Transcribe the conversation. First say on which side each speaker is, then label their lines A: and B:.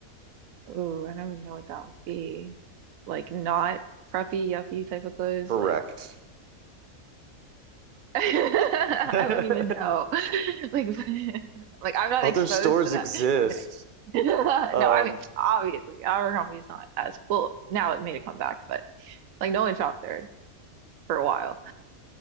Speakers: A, on the right; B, on the right.
A: Ooh, I don't even know what that would be. Like not preppy, yuppie type of clothes.
B: Correct.
A: Like <laughs> I
B: <laughs>
A: wouldn't even know. <laughs> Like <laughs> like I'm not
B: Other
A: exposed
B: stores
A: to that.
B: exist.
A: I'm kidding. <laughs> No,
B: Um,
A: I mean obviously Abercrombie is not as well now it made a comeback, but like no one shopped there for a while.